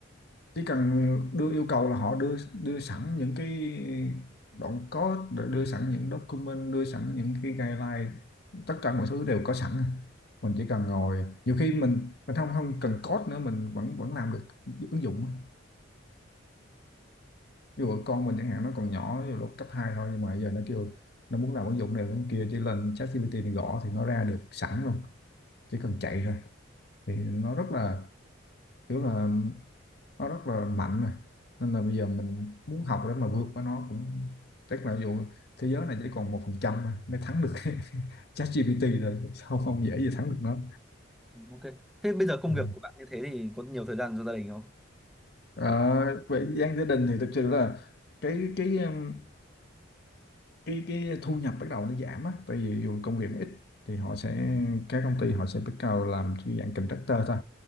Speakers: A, on the left (about 55°); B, in the centre.
A: chỉ cần đưa yêu cầu là họ đưa đưa sẵn những cái đoạn code rồi đưa sẵn những document đưa sẵn những cái guideline tất cả mọi thứ đều có sẵn mình chỉ cần ngồi nhiều khi mình mình không không cần code nữa mình vẫn vẫn làm được ứng dụng á. ví dụ con mình chẳng hạn nó còn nhỏ ví dụ lúc cấp 2 thôi nhưng mà giờ nó kêu nó muốn làm ứng dụng này ứng dụng kia chỉ lên ChatGPT gõ thì nó ra được sẵn luôn chỉ cần chạy rồi thì nó rất là kiểu là nó rất là mạnh rồi nên là bây giờ mình muốn học để mà vượt qua nó cũng chắc là dù thế giới này chỉ còn một phần trăm mới thắng được <laughs> ChatGPT rồi sao không dễ gì thắng được nó
B: Ừ, Ok. Thế bây giờ công
A: Ờ.
B: việc của bạn như thế thì có nhiều thời gian cho gia đình không?
A: Ờ,
B: Ừ.
A: về gian gia đình thì thực sự là cái cái um, cái cái thu nhập bắt đầu nó giảm á tại vì dù công việc nó ít thì họ sẽ các công ty họ sẽ bắt đầu làm cái dạng contractor thôi